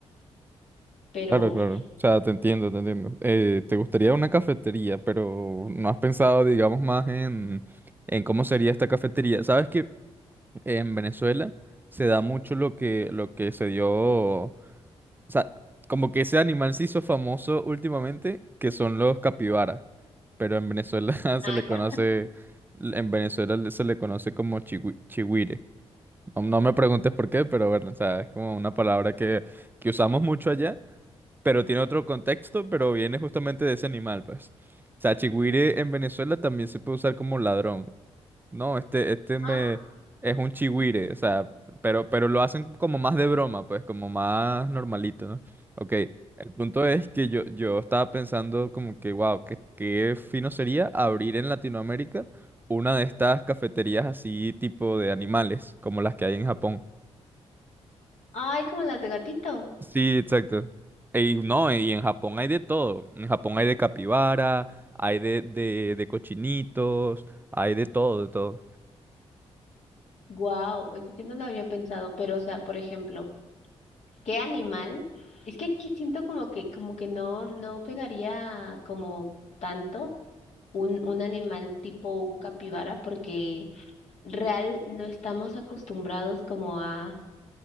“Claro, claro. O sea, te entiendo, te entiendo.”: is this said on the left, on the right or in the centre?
Right